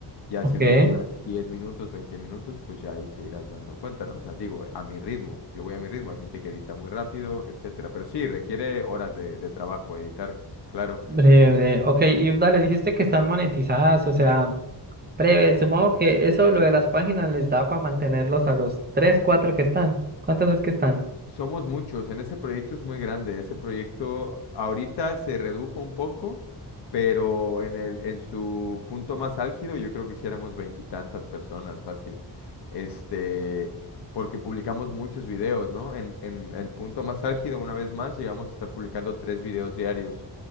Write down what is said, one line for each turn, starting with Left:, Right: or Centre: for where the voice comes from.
Left: Ya
Right: Ok.
Left: si el video dura 10 minutos, 20 minutos, pues ya ahí te irás dando cuenta, ¿no? O sea, digo, a mi ritmo, yo voy a mi ritmo, hay gente que edita muy rápido, etcétera, pero sí, requiere horas de, de trabajo editar, claro.
Right: Breve, breve. Ok, y dale, dijiste que están monetizadas, o sea, breve, supongo que eso lo de las páginas les da para mantenerlos a los 3 4 que están. ¿Cuántas es que están?
Left: Somos muchos, en ese proyecto es muy grande, ese proyecto ahorita se redujo un poco, pero en el, en su punto más álgido yo creo que sí éramos veintitantas personas, fácil, este, porque publicamos muchos videos, ¿no? En, en el punto más álgido, una vez más, llegamos a estar publicando tres videos diarios,